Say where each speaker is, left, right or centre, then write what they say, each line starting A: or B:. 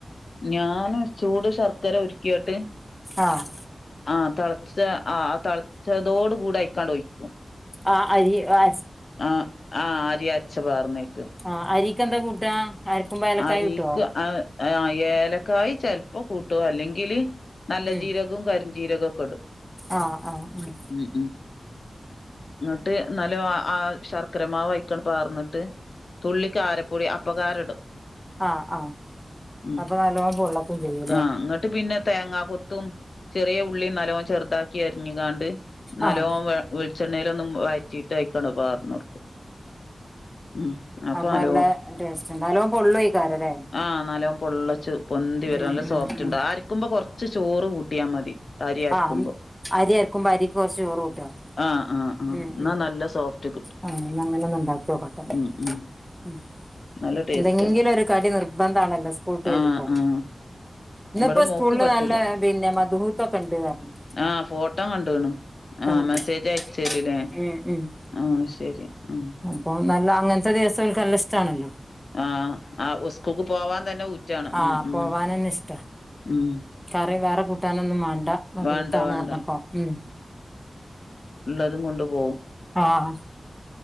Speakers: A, on the left; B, in the centre.
A: ഞാന് ചൂട് ശർക്കര ഒരുക്കിയിട്ട്
B: ആഹ്
A: ആഹ് തൾച്ച ആഹ് തളച്ചതോട് കൂടെ അയ്ക്കാണ്ട് ഒയ്ക്കും
B: ആഹ് അരി വാ
A: ആഹ് ആഹ് അരി അര്ച്ച് പാർന്നേക്ക്
B: ആഹ് അരീക്കെന്താ കൂട്ടാ അരക്കുമ്പോ ഏലക്കായ
A: അരീക്ക്
B: ഇട്ടോ
A: അയ് ആഹ് ഏലക്കായി ചെൽപ്പ കൂട്ടു അല്ലെങ്കില് നല്ല
B: ഉം
A: ജീരകും കര്ജീരകൊക്കെടും
B: ആഹ് ആഹ് ആഹ്
A: ഉം ഉം ഇങ്ങട്ട് നല്ലോ ആഹ് ആഹ് ശർക്കരമാവ് അയ്ക്കൺ പാർന്നിട്ട് തുള്ളിക്കാരപ്പൊടി അപ്പകാരടും
B: ആഹ് ആഹ്
A: ഉം
B: അപ്പൊ നല്ലോണം പൊള്ളക്കും ചെയ്യൂല്ലേ
A: ആഹ് ങ്ങട്ട് പിന്നെ തേങ്ങ കൊ ത്തും ചെറിയ ഉള്ളി നല്ലോം ചെറുതാക്കി അര്ഞ്ഞ് കാണ്ട് നല്ലോം
B: ആഹ്
A: വേ വെൾച്ചെണ്ണേലോന്നും വയ്റ്റീട്ട് അയിക്കാണ് പാഓന്നൊട്ക്കും ഉം അപ്പൊ
B: അപ്പ
A: നല്ലോ
B: നല്ല ടേസ്റ്റ്ണ്ട് അല്ലോ പൊള്ളുക്കാരലെ
A: ആഹ് നല്ലോം പൊള്ളച്ച് പൊന്തി വരും
B: ഉം
A: നല്ല
B: ഉം
A: സോഫ്റ്റ്ണ്ട
B: ഉം
A: അര്ക്കുമ്പോ കൊറ്ച്ച് ചോറ് കൂട്ടിയാ മതി അരി അര്ക്കുമ്പോ
B: ആഹ് അരി അരക്കുമ്പോ അരിക്ക് കുറച്ച് ചോറ് കൂട്ടാ
A: ആഹ് ആഹ് ആഹ്
B: ഉം
A: എന്നാ
B: ഉം
A: നല്ല സോഫ്റ്റ് കിട്ടും
B: അ അങ്ങനെ ഒന്ന് ഉണ്ടാക്കിയോക്കട്ട
A: ഉം ഉം
B: ഉം
A: നല്ല ടേസ്റ്റാ
B: എന്തെങ്കിലും ഒരു കടി നിർബന്ധാണല്ലോ സ്കൂൾട്ട്
A: ആഹ്
B: വരുമ്പോ
A: ആഹ്
B: ഇന്ന്പ്പോ
A: ഇവിടെ
B: സ്കൂളിൽ
A: മോക്ക് പറ്റൂല
B: നല്ല പിന്നെ മധുഹൂത്തോക്കെണ്ട് അർഞ്ഞ്
A: ആഹ് ഫോട്ടോ കണ്ടുണ് ആ
B: വിട്ടീനി
A: മെസ്സേജ് അയച്ചേല് ല്ലേ
B: ഉം ഉം
A: ആഹ് ശരി ആഹ്
B: അപ്പൊ നല്ല അങ്ങനത്തെ ദിവസൊല്ക്ക് നല്ലഷ്ടമാണല്ലോ
A: ആഹ് ആ ഉസ്കൂക്ക് പോവാതന്നെ ഊറ്റാണ്
B: ആഹ്
A: ഉം
B: പോവാനന്നെ
A: ഉം
B: ഇഷ്ടാ
A: ഉം
B: കറി വേറെ കൂട്ടാനൊന്നും മാണ്ട മദ്ഹൂത്താണ്റഞ്ഞപ്പം
A: വേണ്ട വേണ്ട
B: ഉം
A: ള്ളതും കൊണ്ടുപോവും
B: ആഹ്